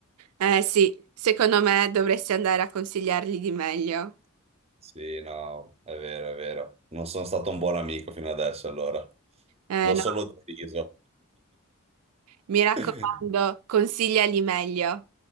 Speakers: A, on the right; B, on the right.
A: Eh sì, secondo me dovresti andare a consigliargli di meglio.
B: Sì, no, è vero, è vero. Non sono stato un buon amico fino adesso, allora.
A: Eh
B: L'ho
A: no,
B: solo deriso.
A: mi raccomando,
B: <laughs>
A: consigliali meglio.